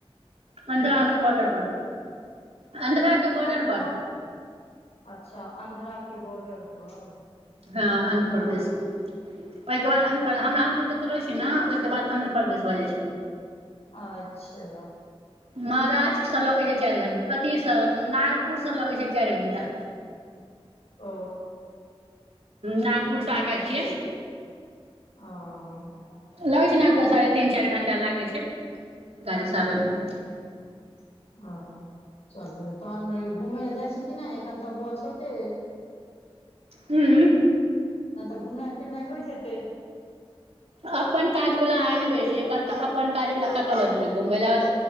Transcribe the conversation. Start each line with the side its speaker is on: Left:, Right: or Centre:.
Right: पान्ध्राके
Left: कतऽ रहै
Right: बॉर्डर
Left: छियै
Right: पर आध्राके बॉर्डर
Left: आन्ध्रा
Right: पर
Left: अच्छा अन्ध्रा के बॉर्डर पर
Right: हँ आन्ध्रपदेश
Left: ओ
Right: ओहिके बाद आंध्र पर हमरा हम जू रहै छै ने ओहिके बाद आन्ध्रपदेश भऽ जाइ छै
Left: अच्छा
Right: महाराष्ट्रसँ लगै छय चारि घण अथिसँ नागपुरसँ लगै छै चारि घण्टा
Left: ओ
Right: नागपुर सऽ आगा छिये
Left: ओ
Right: लगै छै नागपुर साढ़े तीन चारि घण्टा लागै छै गाड़ीसँ आबैमे
Left: हऽ चलु तहन घुमै लए जाइ छी क नहि एखन तऽ बौआ छोटे अए
Right: हू
Left: तहन तऽ घुमनाइ फिरनाइ होइत हेतै
Right: अपन काज वला अहा नहि बुझै छियै कतऽ अपन काज वला कत लऽ जेतै घुमय ले बाद